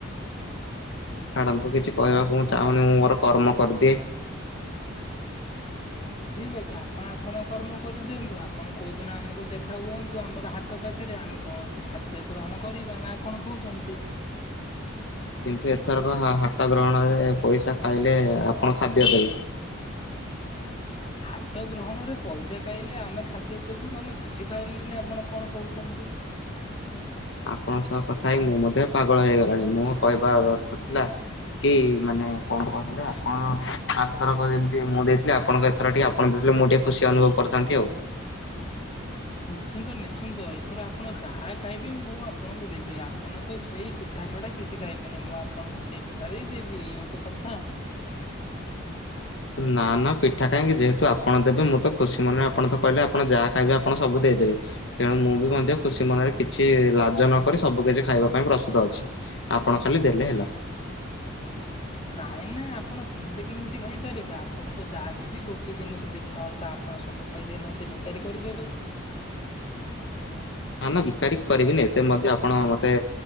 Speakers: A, on the left; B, on the left.
A: ଛାଡନ୍ତୁ କିଛି କହିବାକୁ ମୁଁ ଚାହୁଁନି ମୁଁ ମୋର କର୍ମ କରିଦିଏ।
B: ଠିକ ଅଛି ଆପଣ ଆପଣ କର୍ମ କରିଦିଅନ୍ତୁ ଆପଣ କୋଉଦିନ ଆମକୁ ଦେଖା ହୁଅନ୍ତୁ ଆମର ହା ପାଖରେ ଆମେ କୌଣସି ଖାଦ୍ୟ ଗ୍ରହଣ କରିବା ନା କଣ କହୁଛନ୍ତି?
A: କିନ୍ତୁ ଏଥରକ ହାଟ ଗ୍ରହଣରେ ପଇସା ଖାଇଲେ ଆପଣ ଖାଦ୍ୟ ଦେବେ।
B: ହାଟ ଗ୍ରହଣରେ ପଇସା ଖାଇଲେ ଆମେ ଖାଦ୍ୟ ଦବୁ ମାନେ ବୁଝିପାରିଲିନି ଆପଣ କଣ କହୁଛନ୍ତି।
A: ଆପଣଙ୍କ ସହ କଥା ହେଇ ମୁଁ ମଧ୍ୟ ପାଗଳ ହେଇଗଲାଣି ମୋ କହିବାର ଅର୍ଥ ଥିଲା କି ମାନେ କଣ କଥିଲେ ଆପଣ ଆରଥର କ ଯେମତି ମୁଁ ଦେଇଥିଲି ଆପଣଙ୍କ ର ଟିକ ଆପଣ ଦେଥିଲେ ମୁ ଟିକେ ଖୁସି ଅନୁଭବ କରିଥାନ୍ତି ଆଉ।
B: ନିଶ୍ଚିନ୍ତ ନିଶ୍ଚିନ୍ତ ଏଥର ଆପଣ ଯାହା ଖାଇବେ ମୁଁ ଆପଣଙ୍କୁ ଦେବି ଆପଣ ତ ସେଇ ପି ପିଠା ଚଢା କିଛି ଖାଇବିନି ମୁଁ ଆପଣଙ୍କୁ ସେଇ ପିଠା ଦେଇଦେବି ଇଏ ଗୋଟେ କଥା।
A: ନା ନା ପିଠା କାହିଁକି ଯେହେତୁ ଆପଣ ଦେବେ ମୁଁ ତ ଖୁସି ମନେରେ ଆପଣ ତ କହିଲେ ଆପଣ ଯାହା ଖାଇବେ ଆପଣ ସବୁ ଦେଇଦେବେ ତେଣୁ ମୁଁ ବି ମଧ୍ୟ ଖୁସି ମନରେ କିଛି ଲାଜ ନକରି ସବୁ କିଛି ଖାଇବା ପାଇଁ ପ୍ରସ୍ତୁତ ଅଛି। ଆପଣ ଖାଲି ଦେଲେ ହେଲା।
B: ନାଇଁ ନାଇଁ ଆପଣ ସେମିତି କେମିତି ଖାଇପାରିବେ ଆପଣଙ୍କୁ ଯାହା ଦେବି ଗୋଟେ ଜିନିଷ ଦେବି ନହେଲେ ତ ଆପଣ ସବୁ ଖାଇଦେବେ ମତେ ଭିକାରୀ କରିଦେବେ।
A: ନା ନା ବିକାରୀ କରିବିନି ଏତେ ମଧ୍ୟ ଆପଣ ମତେ